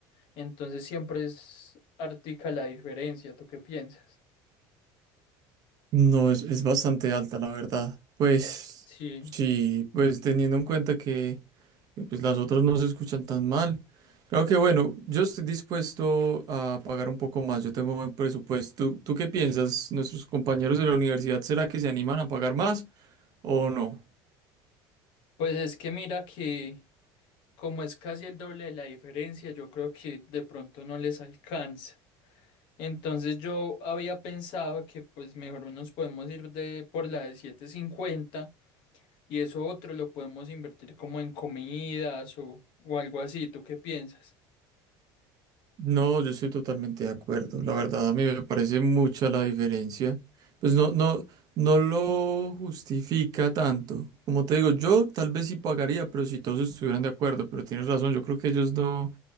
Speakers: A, on the left; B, on the right.
A: Entonces siempre es artica la diferencia. ¿Tú qué piensas?
B: No, es, es bastante alta, la verdad. Pues
A: Sí,
B: sí, pues teniendo en cuenta que que, pues, las otras no se escuchan tan mal. Claro que bueno, yo estoy dispuesto a pagar un poco más, yo tengo buen presupuesto. ¿Tú, tú qué piensas? ¿Nuestros compañeros de la universidad será que se animan a pagar más? ¿O no?
A: pues es que mira que como es casi el doble de la diferencia, yo creo que de pronto no les alcanza. Entonces yo había pensado que pues mejor nos podemos ir de por la de setecientos cincuenta y eso otro lo podemos invertir como en comidas o, o algo así. ¿Tú qué piensas?
B: No, yo estoy totalmente de acuerdo. La verdad, a mí me parece mucha la diferencia. Pues no, no, no lo justifica tanto. Como te digo, yo tal vez sí pagaría, pero si todos estuvieran de acuerdo, pero tienes razón, yo creo que ellos no,